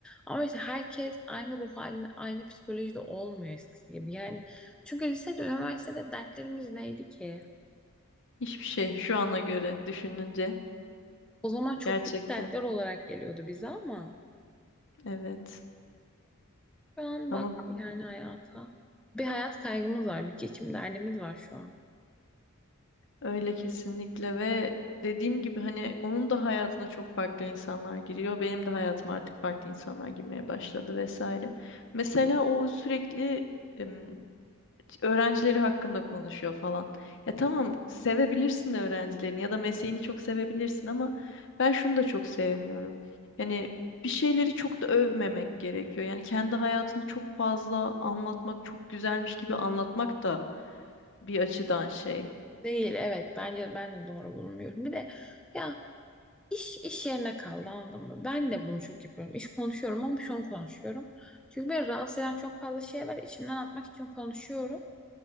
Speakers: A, in the centre; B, on the left.
A: Ama işte herkes aynı ruh halinde aynı psikolojide olmuyor eskisi gibi. Yani çünkü lisede üniversitede dertlerimiz neydi ki?
B: Hiçbir şey şu ana göre düşününce
A: O zaman çok
B: gerçekten.
A: büyük dertler olarak geliyordu bize ama.
B: Evet.
A: Şu an
B: Ama
A: bak yani hayata. Bir hayat kaygımız var, bir geçim derdimiz var şu an.
B: Öyle kesinlikle ve dediğim gibi hani onun da hayatına çok farklı insanlar giriyor. Benim de hayatıma artık farklı insanlar girmeye başladı vesaire. Mesela o sürekli em, öğrencileri hakkında konuşuyor falan. Ya tamam sevebilirsin de öğrencilerini ya da mesleğini çok sevebilirsin ama ben şunu da çok sevmiyorum. Yani bir şeyleri çok da övmemek gerekiyor. Yani kendi hayatını çok fazla anlatmak, çok güzelmiş gibi anlatmak da bir açıdan şey.
A: Değil, evet. Bence ben de doğru bulmuyorum. Bir de ya iş iş yerine kaldı anladın mı? Ben de bunu çok yapıyorum. İş konuşuyorum ama şunu konuşuyorum. Çünkü beni rahatsız eden çok fazla şey var. İçimden atmak için konuşuyorum.